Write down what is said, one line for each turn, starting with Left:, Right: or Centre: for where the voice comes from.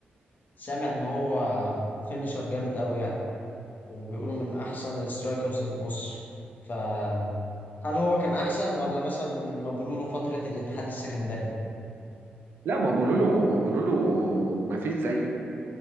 Left: سامع إن هو فينيشر جامد أوي يعني وبيقولوا من أحسن السترايكرز في مصر فهل هو كان أحسن ولا مثلا مبولوله فترة الاتحاد السكندري
Right: لا ما بقولوا له ما بقولوا له ما فيش زيه